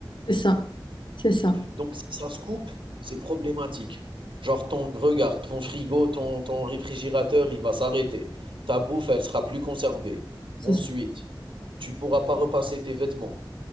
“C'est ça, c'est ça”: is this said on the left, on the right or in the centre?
Left